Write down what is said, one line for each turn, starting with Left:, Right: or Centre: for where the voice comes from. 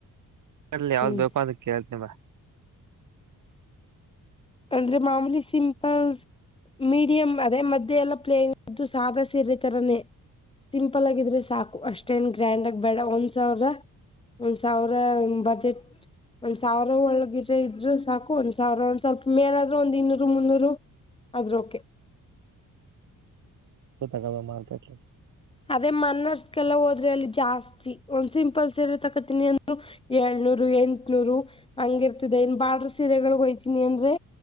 Right: ಮಲ್ಲಿ ಯಾವ್ದ್
Left: ಹ್ಮ್
Right: ಬೇಕು ಅಂತ ಕೇಳತ <unintelligible> ನಿಮ್ಮ
Left: ಅಂದ್ರೆ ಮಾಮೂಲಿ ಸಿಂಪಲ್, ಮೀಡಿಯಂ ಅದೇ ಮಧ್ಯೆಲ್ಲ ಪ್ಲೇನ್ ಸಾಧ ಸಿದಾ ತರನೇ ಸಿಂಪಲ್ ಆಗಿದ್ರೆ ಸಾಕು ಅಷ್ಟೇನ್ ಗ್ರ್ಯಾಂಡ್ಗಗಿ ಬೇಡ ಒಂದ್ ಸಾವಿರ ಒಂದ್ ಸಾವಿರ ಬಜೆಟ್. ಒಂದ್ ಸಾವಿರ ಒಳ್ಳಗಿರ ಇದ್ರು ಸಾಕು ಒಂದ್ ಸಾವಿರ ಒಂದ ಸ್ವಲ್ಪ. ಮೇನಾದ್ರರು ಒಂದ್ ಇನ್ನೂರು ಮುನ್ನೂರು ಆದ್ರರೂಳುಕ್ಕೆ
Right: ಗ ಮಾಡತ <unintelligible>
Left: ಅದೇ ಮನ್ನರ್ಸ್ಕಲ್ಲ ಹೋದ್ರೆ ಅಲ್ಲಿ ಜಾಸ್ತಿ ಒಂದ್ ಸಿಂಪಲ್ ಸೀರೆ ತಕತಿನಿ ಅಂದ ಹೇಳ. ಎಂಟನೂರು ಹಂಗಿರ್ತದೆ ಏನ್ ಬಾ್ರಡರ್ ಸೀರೆಗಳಿಗೆ ಹಯ್ತೀನಿ ಅಂದ್ರೆ.